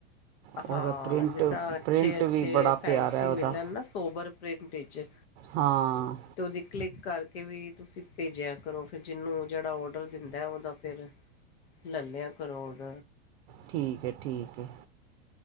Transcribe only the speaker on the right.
ਉਹਦਾ
ਪ੍ਰਿੰਟ
ਪ੍ਰਿੰਟ
ਵੀ ਬੜਾ
ਪਿਆਰਾ ਉਹਦਾ
ਹਾਂ।
ਠੀਕ ਐ, ਠੀਕ ਐ।